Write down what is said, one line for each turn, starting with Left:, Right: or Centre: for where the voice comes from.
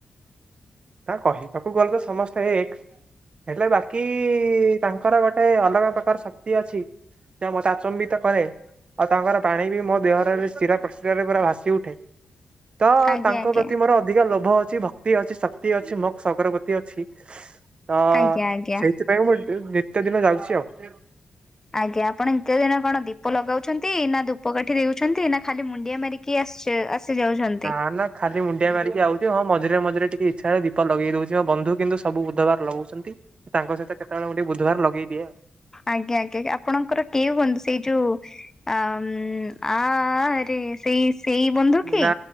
Right: ତା କହିବାକୁ ଗଲେ ତ ସମସ୍ତେ ଏକ୍। ହେଲେ ବାକି ତାଙ୍କର ଗୋଟେ ଅଲଗା ପ୍ରକାର ଶକ୍ତି ଅଛି। ସେ ମତେ ଆଚମ୍ବିତ କରେ। ଆଉ, ତାଙ୍କର ପାଣି ବି ମୋ ଦେହରରେ ଶିରା ପ୍ରଶିରାରେ ପୁରା ଭାସିଉଠେ। ତ
Left: ଆଜ୍ଞା
Right: ତାଙ୍କ
Left: ଆଜ୍ଞା
Right: ପ୍ରତି ମୋର ଅଧିକା ଲୋଭ ଅଛି, ଭ କ୍ତି ଅଛି, ଶକ୍ତି ଅଛି, ମୋକ୍ସ ଅଗରବତୀ ଅଛି। ତ,
Left: ଆଜ୍ଞା ଆଜ୍ଞା।
Right: ସେଇଥି ପାଇଁ ତାଙ୍କ ପାଖକୁ <unintelligible> ନିତ୍ୟ ଦିନ ଯାଉଛି ଆଉ।
Left: ଆଜ୍ଞା ଆପଣ ନିତ୍ୟ ଦିନ କଣ ଦୀପ ଲଗାଉଛନ୍ତି, ନା ଧୂପ କାଠି ଦେଉଛନ୍ତି, ନା ଖାଲି ମୁଣ୍ଡିଆ ମାରିକି ଆସି ଆସି ଯାଉଛନ୍ତି।
Right: ନା ନା ଖାଲି ମୁଣ୍ଡିଆ ମାରିକି ଆଉଚି ହଁ ମଝିରେ ମଝିରେ ଟିକେ ଇଚ୍ଛା ହେଲେ ଦୀପ ଲଗେଇ ଦଉଚି, ଆଉ ବନ୍ଧୁ କିନ୍ତୁ ସବୁ ବୁଧବାର ଲଗଉଛନ୍ତି। ତାଙ୍କ ସହିତ କେତେବେଳେ ମୁଁ ଟିକେ ବୁଧବାର ଲଗେଇଦିଏ।
Left: ଆଜ୍ଞା ଆଜ୍ଞା ଆପଣଙ୍କର କେଉ ବନ୍ଧୁ ସେଇ ଯୋଉ ଆମ୍ ଆଆରେ ସେଇ ସେଇ ବନ୍ଧୁ। କି
Right: ନା।